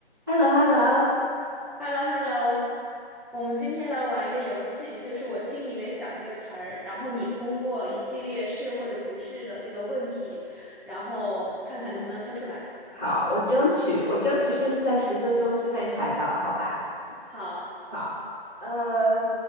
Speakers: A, on the right; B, in the centre.
A: h e l l o h e l l o
B: h e l l o h e l l o 我们今天来玩一个游戏，就是我心里面想一个词儿，然后你通过一系列是或者不是的这个问题，然后看看能不能猜出来。
A: 好，我争取，我争取这次在十分钟之内猜到，好吧？
B: 好，
A: 好，呃，